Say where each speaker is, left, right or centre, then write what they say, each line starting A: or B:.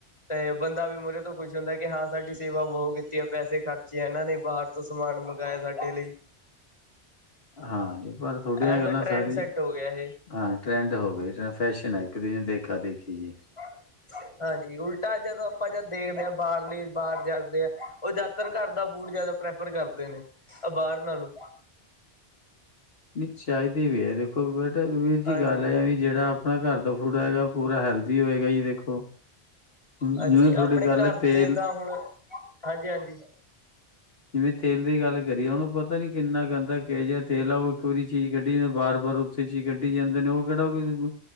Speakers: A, on the left (about 30°); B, on the left (about 70°).
A: ਤੇ ਬੰਦਾ ਵੀ ਮੂਹਰੇ ਤੋ ਖੁਸ਼ ਹੁੰਦਾ ਕਿ ਹਾਂ ਸਾਡੀ ਸੇਵਾ ਬੋਤ ਕੀਤੀ ਹੈ। ਪੈਸੇ ਖਰਚੇ ਆ ਇਹਨਾ ਨੇ ਬਾਹਰ- ਤੋ ਸਮਾਨ ਮੰਗਾਏਆ ਸਾਡੇ ਲਈ-
B: ਹਾਂ ਜੀ ਪਰ ਥੋਡੀਆਂ
A: ਐਜ
B: ਗੱਲਾਂ
A: ਅ ਟਰੈਂਡ
B: ਸਾਰੀਆਂ-
A: ਸੈੱਟ ਹੋ ਗਿਆ ਇਹ
B: ਹਾਂ ਟਰੈਂਡ ਹੋ ਗਈ ਫੈਸ਼ਨ ਹੈ। ਇਕ ਦੂਜੇ ਨੂੰ ਦੇਖਾ ਦੇਖੀ ਜੀ-
A: ਹ <unintelligible> ਹਾਂਜੀ ਉਲਟਾ ਜਦੋ ਆਪਾ ਜਦ ਦੇਖਦੇ ਹਾਂ ਬਾਹਰਲੇ ਬਾਹਰ ਜਾਦੇ ਆ ਉਹ ਜਿਆਦਾਤਰ ਘਰ ਦਾ ਫੂਡ ਜਿਆਦਾ- ਪ੍ਰੈਫਰ ਕਰਦੇ ਨੇ ਅ ਬਾਹਰ ਨਾਲੋ-
B: ਨਹੀ ਚਾਹੀਦੀ ਵੀ ਹੈ ਦੇਖੋ ਬੇਟਾ ਵੀਰ ਜੀ
A: ਹਾਂਜੀ
B: ਗੱਲ ਹੈ। ਵੀ ਜਿਹੜਾ- ਆਪਣਾ ਘਰ ਦਾ ਫੂਡ ਹੈਏਗਾ ਪੂਰਾ ਹੈਲਦੀ ਹੋਏਗਾ ਜੀ ਦੇਖੋ- ਹੁਣ
A: ਹਾਂਜੀ
B: ਜਿਵੇਂ ਤੁਹਾਡੀ
A: ਆਪਣੇ
B: ਗੱਲ
A: ਘਰ
B: ਹੈ ਤੇਲ
A: ਦੇ ਤਾਂ ਹੁਣ ਹਾਂਜੀ- ਹਾਂਜੀ-
B: ਜਿਵੇ ਤੇਲ ਦੀ ਗੱਲ ਕਰੀਏ ਉਹਨੂੰ ਪਤਾ ਨੀ ਕਿਨਾ ਗੰਦਾ ਕਿਹ ਜਿਹਾ ਤੇਲ ਆ ਉਹ ਇਕ ਵਾਰੀ ਚੀਜ਼ ਕਢੀ ਜਾਂ ਬਾਰ ਵਾਰ- ਉਸੇ 'ਚ ਹੀ ਕਢੀ ਜਾਦੇ ਨੇ ਉਹ ਕਿਹੜਾ ਕਿ-